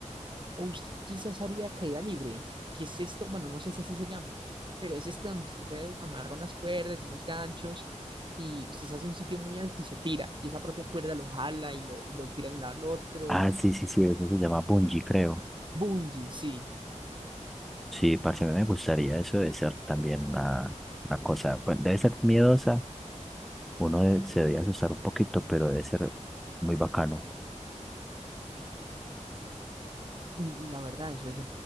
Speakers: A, on the right (about 40°); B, in the centre.
A: o usted quizás haría caída libre, que es esto, bueno, no sé si así se llame, pero es este donde usted se amarra unas cuerdas, unos ganchos, y usted se hace un sitio muy alto y se tira, y esa propia cuerda lo jala y lo, y lo tira de un lado al otro.
B: Ah, sí, sí, sí, eso se llama bungee, creo.
A: Bungie, sí.
B: Sí, parce, a mí me gustaría eso de ser también una, una cosa, pues debe ser miedosa Uno de- se debe asustar un poquito, pero debe ser muy bacano.
A: Y, y la verdad, eso es